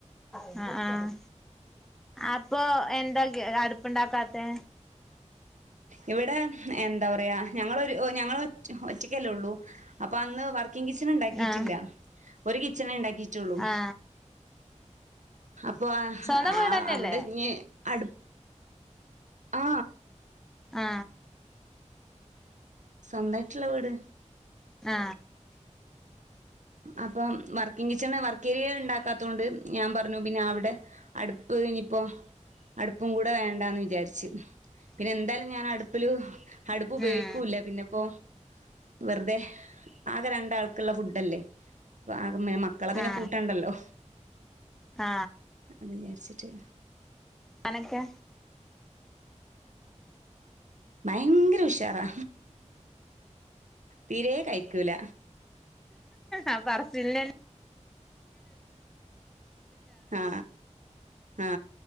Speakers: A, in the centre; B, on the right.
A: ആഹ് ആഹ് അപ്പൊ എന്തൊ <unintelligible> അടുപ്പുണ്ടാക്കാത്തെ
B: ഇവിടെ എന്താ പറയാ ഞങ്ങള് ഒരു ഞങ്ങൾ ഒ ഒറ്റക്കല്ലേ ഉള്ളൂ അപ്പോ അന്ന് വർ ക്ക് കിച്ചൻ ഉണ്ടാക്കിയിട്ടില്ല
A: ആ
B: ഒരു കി കിച്ചണെ ഉണ്ട ക്കി ട്ടോളൂ.
A: ആ
B: അപ്പൊ ആ
A: സ്വന്തം
B: ആ
A: വീടന്നെല്ലേ
B: അവിടെ ഇനി അടു ആ
A: ആ
B: സ്വന്തായിട്ടുള്ള വീട്
A: ആ
B: അപ്പം വർക്കിങ് കിച്ചണ് വർക്ക് ഏരിയ ഇണ്ടാക്കാത്തോണ്ട് ഞാൻ പറഞ്ഞു പിന്നെ അവിടെ അടുപ്പ് ഇനിപ്പോ അടുപ്പും കൂടെ വേണ്ടാന്ന് വിചാരിച്ച് പിന്നെ എന്തായാലും ഞാൻ അടുപ്പില് അടുപ്പ് ഉപയോഗിക്കൂല്ല
A: ഉം
B: പിന്നെപ്പോ വെറുതെ ആകെ രണ്ടാൾക്ക്ള്ള ഫുഡ് ഡല്ലേ അപ്പോ അ മെ മക്കളെ പിന്നെ
A: ആ
B: കൂട്ടണ്ടല്ലോ
A: ആ
B: അത് വിചാരിച്ചിട്ട്
A: അനക്കെ
B: ഭയങ്കര ഉഷാറാ, തീരേ കഴിക്കൂല.
A: ആ പറച്ചിൽനെ
B: ആ ആ